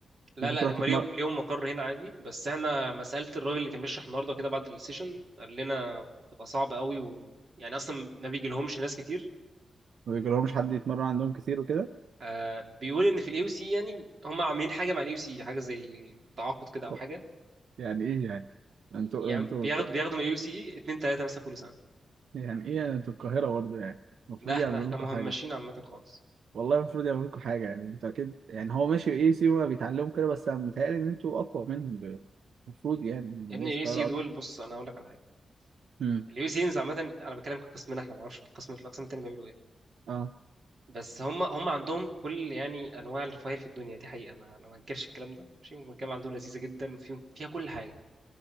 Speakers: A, on the right (about 45°); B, on the right (about 80°).
A: لا
B: ممكن
A: لا
B: تروح
A: هم
B: تتمرن
A: ليهم ليهم مقر هنا عادي بس احنا ما سالت الراجل اللي كان بيشرح النهارده كده بعد السيشن قال لنا تبقى صعبه قوي و... يعني اصلا ما بيجي لهمش ناس كتير
B: ما بيجيلهمش حد يتمرن عندهم كتير وكده
A: آه بيقول ان في الاي سي يعني هم عاملين حاجه مع الاي سي حاجه زي تعاقد كده او
B: طب
A: حاجه
B: يعني ايه يعني انتوا
A: يعني
B: انتوا
A: بياخد
B: ك-
A: بياخدوا من الاي سي اتنين تلاته مثلا كل سنه
B: يعني ايه يعني انتوا القاهرة برضه يعني المفروض
A: لا احنا
B: يعملوا
A: احنا
B: لكم
A: مهمشين
B: حاجة
A: عامه خالص
B: والله المفروض يعملوا لكم حاجة يعني انتوا اكيد يعني هو ماشي ايه سيما بيتعلموا كده بس انا متهيألي ان انتوا اقوى منهم المفروض يعني الناس
A: يا ابني الاي
B: القاهرة
A: سي دول
B: اقوى
A: بص انا هقول لك على حاجه
B: امم
A: اليو سي انز عامة انا بتكلم كقسمنا احنا ما اعرفش في القسم في الاقسام التانية بيعملوا ايه
B: اه
A: بس هم هم عندهم كل يعني انواع الرفاهير في الدنيا دي حقيقة ما انا ما انكرش الكلام ده ماشي هم الجامعة عندهم لذيذة جدا وفيهم فيها كل حاجة